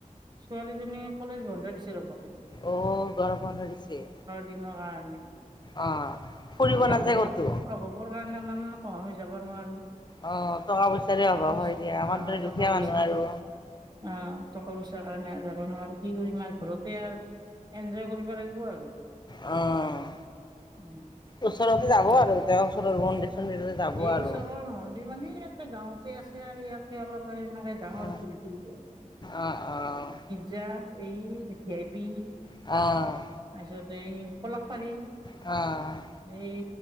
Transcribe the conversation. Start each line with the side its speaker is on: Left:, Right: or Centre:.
Right: ছোৱালীজনী কলেজ বন্ধে দিছিল। <inaudible>
Left: অ' গৰম বন্ধ দিছে।
Right: দিনৰ কাৰণে
Left: অ ফুৰিব
Right: এই
Left: নাযায়
Right: অভাৱৰ
Left: ক'তো
Right: কাৰণে মানে কহইও যাব নোৱাৰো <inaudible>
Left: অ' টকা পইচাৰে
Right: টকা
Left: অভাৱ
Right: পইচা
Left: হয় দিয়া আমাৰ
Right: অ
Left: দৰে
Right: টকা
Left: দুখীয়া
Right: পইচা
Left: মানুহ আৰু।
Right: অ' টকা পইচাৰ কাৰণে আৰু যাব নোৱাৰো কি কৰিম আৰু ঘৰতে আৰু। এনজয় কৰিব লাগিব আৰু।
Left: অঁ।
Right: উম।
Left: ওচৰতে যাব
Right: এনে
Left: আৰু কেতিয়াবা ওচৰৰ মন্দিৰ- চন্দিৰতে যাব
Right: এই
Left: আৰু।
Right: ওচৰৰ মন্দিৰ মানে ইয়াত গাঁওঁতে আছে আৰু ইয়াতে অলপ আৰু এনেকে গাঁৱৰ
Left: অ
Right: ঘূৰি ফূৰিব।
Left: অ', অ।
Right: জা এই ভি আই পি
Left: অঁ।
Right: তাৰ পিছত এই পলাকপাৰি
Left: অঁ।
Right: এই